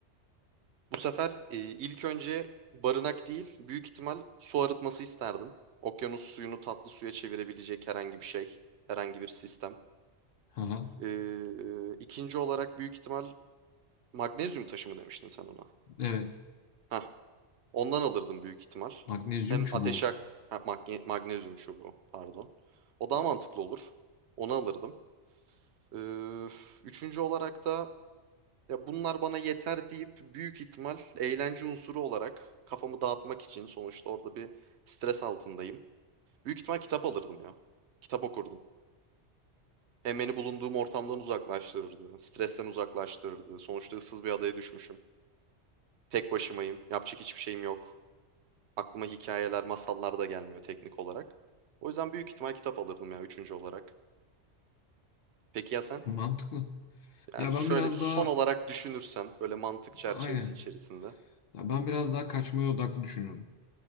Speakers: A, on the right; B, on the left.
A: bu sefer ee, ilk önce barınak değil, büyük ihtimal su arıtması isterdim. Okyanus suyunu tatlı suya çevirebilecek herhangi bir şey, herhangi bir sistem.
B: Haha.
A: Ee, ikinci olarak büyük ihtimal magnezyum taşı mı demiştin sen ona?
B: Evet.
A: Hah, Ondan alırdım büyük ihtimal.
B: Magnezyum
A: Hem
B: çubuğu.
A: ateş yak ha, magne- magnezyum çubuğu pardon. O daha mantıklı olur. Onu alırdım. Ee, üçüncü olarak da ya bunlar bana yeter deyip büyük ihtimal eğlence unsuru olarak kafamı dağıtmak için sonuçta orada bir stres altındayım. Büyük ihtimal kitap alırdım ya. Kitap okurdum. Hem beni bulunduğum ortamdan uzaklaştırırdı. Stresten uzaklaştırırdı. Sonuçta ıssız bir adaya düşmüşüm. Tek başımayım. Yapacak hiçbir şeyim yok. aklıma hikayeler, masallar da gelmiyor teknik olarak. O yüzden büyük ihtimal kitap alırdım ya üçüncü olarak. Peki ya sen?
B: Mantıklı.
A: Yani
B: Ya ben
A: şöyle
B: biraz
A: bir son
B: daha
A: olarak düşünürsen böyle mantık çerçevesi
B: aynen.
A: içerisinde.
B: Ya ben biraz daha kaçmaya odaklı düşünüyorum